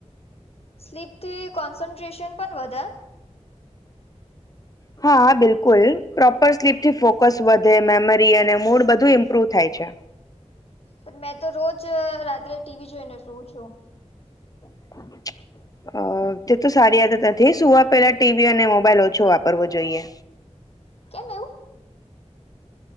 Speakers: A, on the left; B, on the left.
A: સ્લીપથી કોન્સન્ટ્રેશન પણ વધારે
B: હ <unintelligible> હા બિલકુલ પ્રોપર સ્લીપથી ફોકસ વધે મેમરી અને મૂડ બધું ઇમ્પ્રુવ થાય છે
A: પણ મેં તો રોજ રાત્રે ટીવી જોઈને શું છું
B: હ <unintelligible> અ તે તો સારી આદ નથી સુવા પેલા ટીવી અને મોબાઈલ ઓછો વાપરવો જોઈએ
A: કેમ એવું